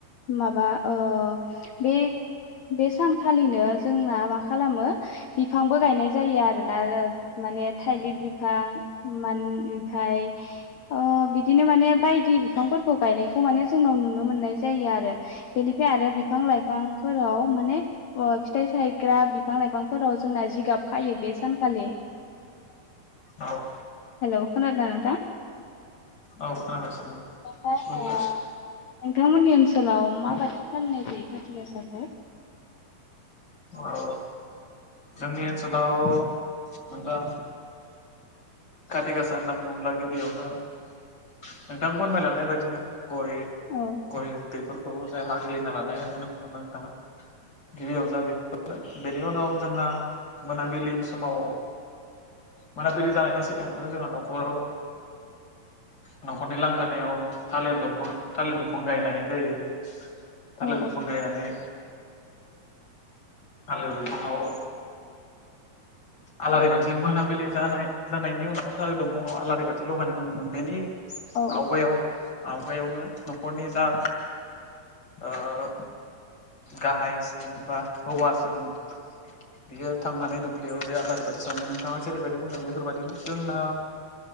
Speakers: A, on the left; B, on the left.
A: माबा ओ बे बे सानखालिनो जोंना मा खालामो बिफांबो गायनाय जायो आरोना माने थाइलिर बिफां मान थाय ओ बिदिनो माने बायदि बिफांफोरखौ गायनायखौ माने जोंनाव नुनो मोननाय जायो आरो बेनिफ्राय आरो बिफां लाइफांफोराव माने अ फिथाइ सायग्रा बिफां लाइफांफोराव जोंना जिगाब खायो बे सानखालि
B: औ
A: हेल' खोनादों नोंथां?
B: औ खोनागासिनो <unintelligible>
A: ओमफ्राय ओ नोंथांमोननि ओनसोलाव माबायदि फालिनाय जायो खााथि गासाखौ?
B: औ जोंनि ओनसोलाव नोंथां कति गासार होनना बुङोब्ला गिबियावनो नोंथां फोरमायलांनाय बाददिनो गय
A: औ
B: गय बेफोर जाय हाग्ललिना लानाय होननानै बुंङो नोंथां गिबियाव जोहा बे बेनि उनाव जोंहा मोनाबिलि समाव मोनाबिलि जानायनि सिगाङावनो जोंहा न'खराव न'खरनि लांगोनायाव थालिर दंफां थालिर बिफां गायनाय जायो। थार
A: औ
B: लोगोखौ नायनानै थालेर बिफांआव आलारि बाथि मोनाबिलि जानाय-जानायनि उनाव थालिर दंफांआव आलारि बाथि लगानायखौ नुदों बेनि
A: औ
B: आवगायाव आवगायावनो न'खरनि जा ओ गाहाय सुबुं बा हौवा सुबुं बियो थांनानै दुब्लियाव बे आलारि बाथि सावनाय नोंथाङा जेरैबायदि बुंदों बेफोरबायदिनो जोंना